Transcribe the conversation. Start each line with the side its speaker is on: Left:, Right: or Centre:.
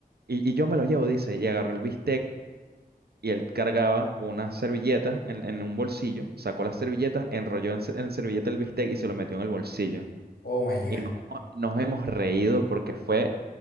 Right: y, y yo me lo llevo, dice, y agarró el bistec y él cargaba una servilleta en, en un bolsillo, sacó la servilleta, enrolló en, se- en servilleta el bistec y se lo metió en el bolsillo.
Left: Oh my
Right: Y
Left: God.
Right: nos hemos, nos hemos reído porque fue,